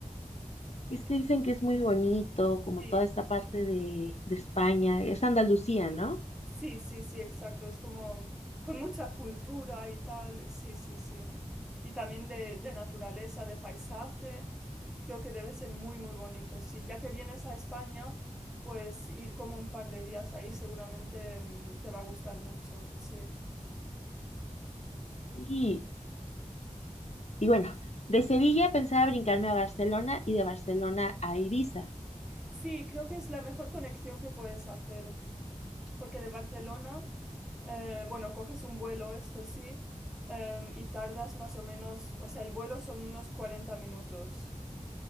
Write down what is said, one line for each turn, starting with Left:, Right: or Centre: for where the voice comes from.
Left: Y es que dicen que es muy bonito, como
Centre: Sí,
Left: toda esta parte de, de España, es Andalucía, ¿no?
Centre: sí, sí, sí, exacto. Es como con mucha cultura y tal. Sí, sí, sí. Y también de, de naturaleza, de paisaje. Creo que debe ser muy, muy bonito. Sí, ya que vienes a España, pues ir como un par de días ahí seguramente mm, te va a gustar mucho. Sí.
Left: Sí, Y bueno, de Sevilla pensaba brincarme a Barcelona y de Barcelona a Ibiza.
Centre: Sí, creo que es la mejor conexión que puedes hacer, porque de Barcelona, eh, bueno, coges un vuelo, esto sí, em, y tardas más o menos, o sea, el vuelo son unos 40 minutos.